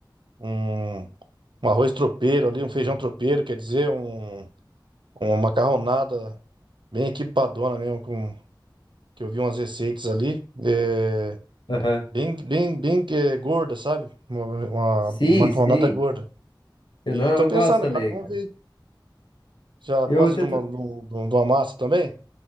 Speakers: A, on the right; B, on the left.
A: um, um arroz tropeiro ali, um feijão tropeiro, quer dizer, um Uma macarronada bem equipadona mesmo, com, que eu vi umas receitas ali. É,
B: Aham.
A: bem, bem, bem é, gorda, sabe? Uma,
B: Sim,
A: uma macarronada
B: sim.
A: gorda.
B: Eu,
A: E
B: não,
A: tô
B: eu
A: pensando
B: gosto também,
A: agora, vamos
B: cara.
A: ver. Já
B: Eu
A: gosta
B: tento,
A: de uma, de um- de uma massa também?